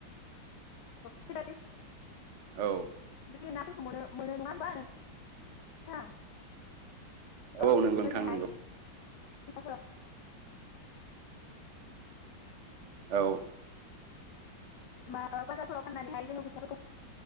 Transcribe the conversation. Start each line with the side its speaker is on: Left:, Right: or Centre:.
Left: <unintelligible>
Right: औ
Left: बेबायदि नाफोरखौ मोनो मोनो नङा होमबा <unintelligible>
Right: औ
Left: बे
Right: नंगौ
Left: बेबायदिनोहाय
Right: थां नोंगौ।
Left: <unintelligible>
Right: औ
Left: मा बाजारफोराव फाननानै हायो जोङो फैसाफोरखौ